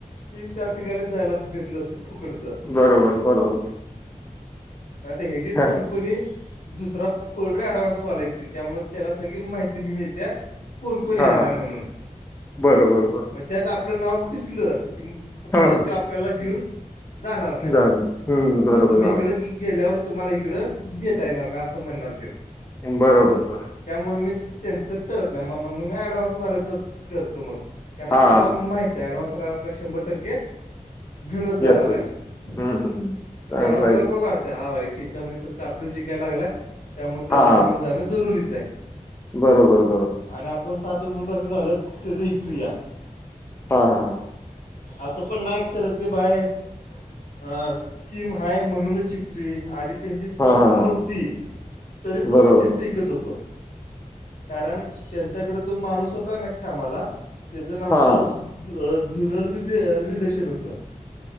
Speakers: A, on the left (about 65°); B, on the left (about 20°).
A: तीन चार ठिकाणी जायला भेटलं असतं फुकडचं
B: बरोबर बरोबर
A: म आता हचीच
B: हा
A: कंपनी दुसरा फोल्डर ऍडव्हान्स वाला तो त्यामुळे त्याला सगळी माहिती मी मिळते्या कोणकण येणार
B: हा
A: आहे म्हणून
B: बरोबर बरोबर
A: मग त्यात आपलं नाव दिसलं की
B: हां
A: परत तो आपल्याला घेऊन जाणार नाही मग
B: जाण बरोबर
A: म तुम्ही
B: जाण
A: इकडं गी गेल्यावर तुम्हाला इकडं देता येणार नाही असं म्हणणार त
B: बरोबरं
A: त्यामुळे मी त्यांचं करत नाही, म मग मी ऍडव्हान्सवाल्यायचंच करतो मग कारण आपल्याला
B: हा
A: माहती आहे, ॲडव्हान्स आल्याला आपल्या शंभर टक्के घेऊनच जाणार
B: येतो
A: आहे,
B: येतो
A: म्हणजे
B: चांगला
A: डव्हान्स
B: आहे
A: प वाढते <unintelligible> चिंतामध्येणे फक्त आपलं जिकाय लागला आहे, त्यामुळे त्याला
B: हा
A: घेऊन जाणं जरुरीच आहे.
B: बरोबर बरोबर.
A: आणि आपण सात वर्ष झालं त्याचं <unintelligible>
B: हा हा.
A: असं पण नाही करत की बाय हा, स्कीम हाय म्हणूनच जुकतूय, आधी त्यांची स्कीम
B: हां हां
A: नव्हती, तरी पण
B: बरोबर
A: मी त्यांचं विकत होतो. कारण, त्यांच्याकडे तो माणूस होता ना कामाला, त्याच नामचं
B: हां
A: जुनर रिलेशन होतं